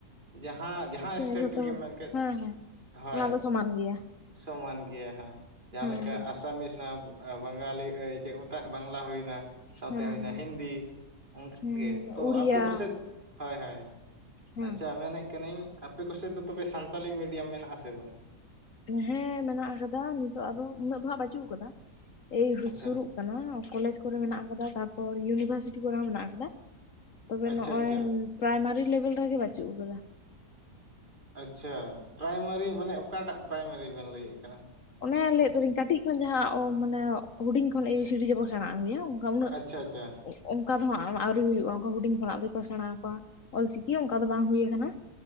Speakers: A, on the right; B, on the left.
A: ᱡᱟᱦᱟᱸ ᱡᱟᱦᱟᱸ
B: ᱥᱮ
A: ᱮᱥᱴᱮᱴ
B: ᱡᱚᱛᱚ
A: ᱨᱮᱜᱮᱢ ᱢᱮᱱ ᱠᱮᱫ
B: ᱦᱮᱸ ᱦᱮᱸ
A: <inaudible> ᱦᱳᱭ
B: ᱚᱱᱟ ᱫᱚ ᱥᱚᱢᱟᱱ ᱜᱮᱭᱟ
A: ᱾ <inaudible> ᱥᱚᱢᱟᱱ ᱜᱮᱭᱟ ᱦᱟᱸ ᱾ ᱡᱟᱦᱟᱸ
B: ᱦᱮᱸ
A: ᱞᱮᱠᱟ
B: ᱦᱮᱸ
A: ᱟᱥ <unintelligible> ᱵᱟᱝᱜᱟᱞᱤ ᱟᱹᱭ ᱪᱮᱫ ᱠᱚ ᱢᱮᱛᱟᱜ ᱵᱟᱝᱞᱟ ᱦᱳᱭ ᱮᱱᱟ᱾ ᱥᱟᱶᱛᱮ
B: ᱦᱮᱸ
A: ᱦᱳᱭ ᱮᱱᱟ
B: ᱦᱮᱸ
A: ᱦᱤᱱᱫᱤ, <inaudible> ᱚᱱᱠᱟᱜᱮ
B: ᱦᱮᱸ
A: ᱾ ᱛᱳ
B: ᱩᱲᱤᱭᱟ
A: ᱟᱯᱮ ᱠᱚᱥᱮᱡ? ᱦᱳᱭ ᱦᱳᱭ ᱾
B: ᱦᱮᱸ
A: <inaudible> ᱟᱪᱪᱷᱟ ᱢᱮᱱᱮᱫ ᱠᱟᱹᱱᱟᱹᱧ ᱟᱯᱮ ᱠᱚᱥᱮᱫ ᱫᱚ ᱛᱚᱵᱮ ᱥᱟᱱᱛᱟᱞᱤ ᱢᱤᱰᱤᱭᱟᱢ ᱢᱮᱱᱟᱜ-ᱟ ᱥᱮ ᱵᱟᱝ?
B: ᱦᱮᱸ ᱢᱮᱱᱟᱜ ᱟᱠᱟᱫᱟ, ᱱᱤᱛᱚᱜ ᱟᱫᱚ ᱩᱱᱟᱹᱜ ᱫᱚ ᱦᱟᱸᱜ ᱵᱟᱪᱩᱜ ᱟᱠᱟᱫᱟ᱾ <inaudible> ᱮᱭ <unintelligible>
A: ᱟᱪᱪᱷᱟ
B: ᱠᱟᱱᱟ ᱾ ᱠᱚᱞᱮᱡᱽ ᱠᱚᱨᱮ ᱢᱮᱱᱟᱜ ᱟᱠᱟᱫᱟ, ᱛᱟᱨᱯᱚᱨ ᱤᱭᱩᱱᱤᱵᱷᱟᱨᱥᱤᱴᱤ ᱠᱚᱨᱮ ᱦᱚᱸ ᱢᱮᱱᱟᱜ ᱟᱠᱟᱫᱟ᱾ ᱛᱚᱵᱮ
A: ᱟᱪᱪᱷᱟ
B: ᱱᱚᱸᱜ-ᱚᱭ
A: ᱟᱪᱪᱷᱟ
B: ᱯᱨᱟᱭᱢᱟᱨᱤ ᱞᱮᱵᱮᱞ ᱨᱮ ᱜᱮ ᱵᱟᱪᱩᱜ ᱟᱠᱟᱫᱟ᱾
A: ᱟᱪᱪᱷᱟ, ᱯᱨᱟᱭᱢᱟᱨᱤ ᱢᱟᱱᱮ ᱚᱠᱟᱴᱟᱜ ᱯᱨᱟᱭᱢᱟᱨᱤ ᱵᱮᱱ ᱞᱟᱹᱭᱮᱫ ᱠᱟᱱᱟ?
B: ᱚᱱᱮ ᱞᱟᱹᱭᱮᱫ ᱫᱚᱞᱤᱝ ᱠᱟᱹᱴᱤᱡ ᱠᱷᱚᱱ ᱡᱟᱦᱟᱸ ᱚ ᱢᱟᱱᱮ ᱦᱩᱰᱤᱝ ᱠᱷᱚᱱ ᱮ ᱵᱤ ᱥᱤ ᱰᱤ ᱡᱮᱵᱚᱱ ᱥᱮᱸᱬᱟ ᱟᱹᱜᱩᱭᱟ ᱾ ᱚᱱᱠᱟ ᱩᱱᱟᱹᱜ
A: ᱟᱪᱪᱷᱟ ᱟᱪᱪᱷᱟ
B: <inaudible> ᱚᱱᱠᱟ ᱫᱚ ᱦᱟᱸᱜ ᱟᱹᱣᱨᱤ ᱦᱳᱭᱳᱜ-ᱟ, ᱚᱱᱠᱟ ᱦᱩᱰᱤᱝ ᱠᱷᱚᱱᱟᱜ ᱫᱚᱠᱚ ᱥᱮᱸᱬᱟ ᱟᱠᱚᱣᱟ ᱾ ᱚᱞᱪᱤᱠᱤ ᱦᱚᱸ ᱚᱱᱠᱟ ᱫᱚ ᱵᱟᱝ ᱦᱩᱭ ᱟᱠᱟᱱᱟ᱾